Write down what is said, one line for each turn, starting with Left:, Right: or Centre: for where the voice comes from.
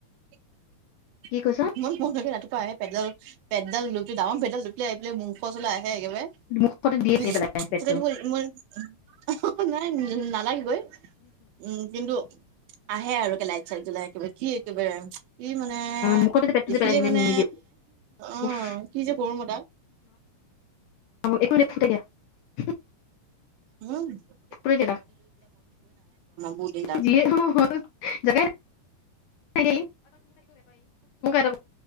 Right: <unintelligible>
Left: কি কৈছা
Right: <unintelligible> ইোৰ মন লাগে ৰাতিপুৱা আহে পেদল পেডল লুপি ডাঙৰ পেদল লুপলি আহি পেলাই মুখৰ ওচলে আহে <unintelligible> আহে একেবাৰে <unintelligible>
Left: মুখতে দিয়ে
Right: উম
Left: চাগে পেলাই পেটটো
Right: মোৰ নাই নালাগে গৈ <unintelligible> উম কিন্তু আহে আৰু কে লাইট চাইট জ্বলাই একেবাৰে কি একেবাৰে কি মানে <unintelligible>
Left: মুখতে পেটটো
Right: দেখিলে
Left: যে পেলাই
Right: মানে
Left: নিদিয়ে
Right: অ
Left: উফ
Right: কি যে কৰো মই তাক
Left: অ একো নাই ফোটাই দিয়া <unintelligible>
Right: উ <unintelligible>
Left: ফোটাই দিয়া তাক
Right: বহুত দিন তাক
Left: যিয়ে হ'ল হক জেগাই নাই <unintelligible> <unintelligible>